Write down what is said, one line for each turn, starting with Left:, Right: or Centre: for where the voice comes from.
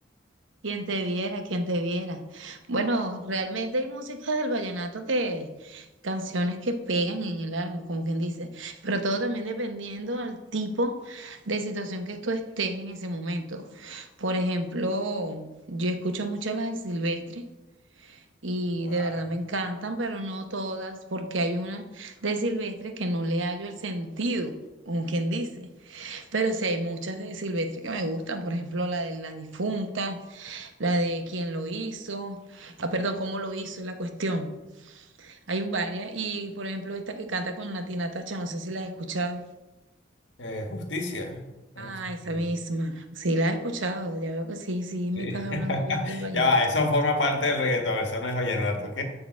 Right: Quien te viera, quien te viera. Bueno, realmente hay música del vallenato que, canciones que pegan en el alma, como quien dice, pero todo también dependiendo al tipo de situación que tú estés en ese momento. Por ejemplo, yo escucho mucho las de Silvestre y
Left: Ah,
Right: de verdad me encantan, pero no todas, porque hay una de Silvestre que no le hallo el sentido, como quien dice, pero sí hay muchas de Silvestre que me gustan, por ejemplo, la de la difunta la de quién lo hizo, ah, perdón, cómo lo hizo, es la cuestión. Hay varias, y por ejemplo, esta que canta con Natina Tacha, no sé si la has escuchado.
Left: eh, justicia. Este,
Right: Ah, esa misma, sí la he escuchado, ya veo que sí, sí me
Left: sí.
Right: estás hablando
Left: <laughs>
Right: bien del vallenato.
Left: Ya va, eso forma parte del reggaetón, eso no es vallenato, ¿ok?